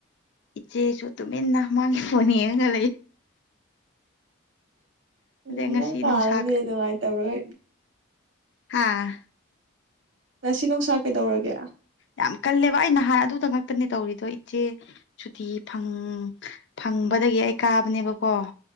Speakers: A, on the left; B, on the right.
A: ꯏꯆꯦ ꯁꯠꯇꯨꯃꯦꯟꯅ ꯃꯥꯥꯡꯉꯦ ꯐꯅꯤ ꯉꯦ
B: ꯎꯝ
A: ꯉꯁꯤ
B: ꯅꯪ ꯀꯥꯂꯗꯤ
A: ꯅꯨꯡꯁꯥ
B: ꯅꯨꯡꯉꯥꯏꯇꯕ꯭ꯔꯥ
A: ꯍꯥꯥ
B: ꯉꯁꯤ ꯅꯨꯡꯁꯥ ꯀꯩꯗꯧꯔꯒꯦ
A: ꯌꯥꯝ ꯀꯜꯂꯦꯕ ꯑꯩ ꯅꯍꯥꯟ ꯑꯗꯨꯗ ꯉꯛꯇꯅꯦ ꯇꯧꯔꯤꯗꯣ ꯏꯆꯦ ꯁꯨꯇꯤꯪꯪ ꯀꯗꯒꯤ ꯑꯩ ꯀꯥꯕꯅꯦꯕꯀꯣ